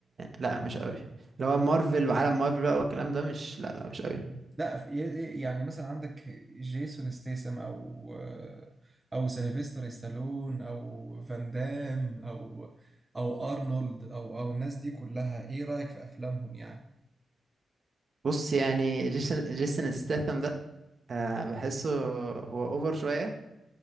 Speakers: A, on the right; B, on the right.
A: لا مش قوي اللي هو مارفل وعالم مارفل بقى والكلام ده مش لا لا مش قوي
B: لا في- يعني مثلا عندك جيسون ستيسم او آه، او سيلفستر ستالون او فان دام او او ارنولد او او الناس دي كلها ايه رايك في افلامهم يعني
A: بص يعني جيسون جيسون ستاثام ده آه
B: اه
A: بحسه هو اوفر شوية